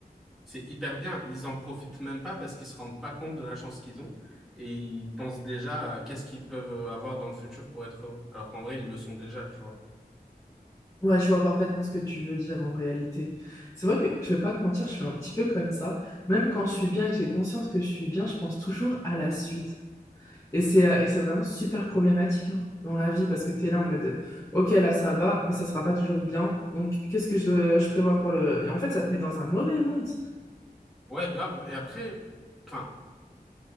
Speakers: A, in the centre; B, on the left.
A: C'est hyper bien. Ils en profitent même pas parce qu'ils se rendent pas compte de la chance qu'ils ont et ils pensent déjà à qu'est-ce qu'ils peuvent avoir dans le futur pour être heureux. Alors qu'en vrai, ils le sont déjà, tu vois.
B: Ouais, je vois parfaitement ce que tu veux dire en réalité. C'est vrai que je vais pas te mentir, je suis un petit peu comme ça. Même quand je suis bien et que j'ai conscience que je suis bien, je pense toujours à la suite. Et c'est euh, et c'est vraiment super problématique hein, dans la vie parce que tu es là en mode OK, là ça va, mais ça sera pas toujours bien. Donc qu'est-ce que je, je prévois pour le... Et en fait, ça te met dans un mauvais mood.
A: Ouais, grave. Et après, enfin.